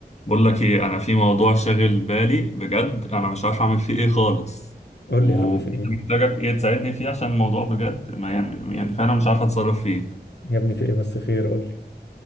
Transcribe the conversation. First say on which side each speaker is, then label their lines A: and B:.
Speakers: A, on the left; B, on the left.
A: بقول لك ايه انا في موضوع شاغل بالي بجد انا مش عارف اعمل فيه ايه خالص
B: قول
A: ومحتاجك
B: لي يا عم في ايه
A: ايه تساعدني فيه عشان الموضوع بجد ما يعني يعني فعلا مش عارف اتصرف فيه
B: يا ابني في ايه بس خير قول لي